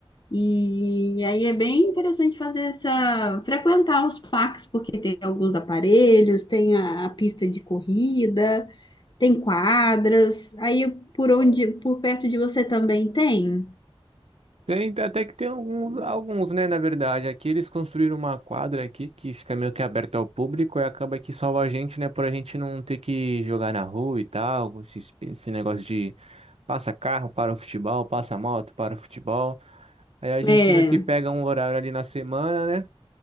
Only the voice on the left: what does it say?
E aí é bem interessante fazer essa, frequentar os parques, porque tem alguns aparelhos, tem a a pista de corrida. Tem quadras. Aí por onde, por perto de você também tem?
É.